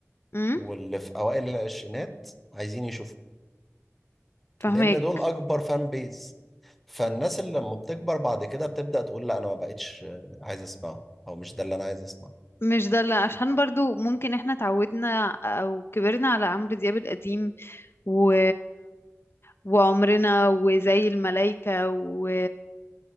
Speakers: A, on the left; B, in the centre.
A: امم
B: واللي في اوائل العشرينات عايزين يشوفوا
A: فاهمك
B: لان دول اكبر فان بيز فالناس اللي لما بتكبر بعد كده بتبدأ تقول لا انا ما بقتش عايز اسمعه او مش ده اللي انا عايز اسمعه
A: مش ده اللي عشان برضو ممكن احنا اتعودنا او كبرنا على عمرو دياب القديم و... وعمرنا وزي الملايكة و...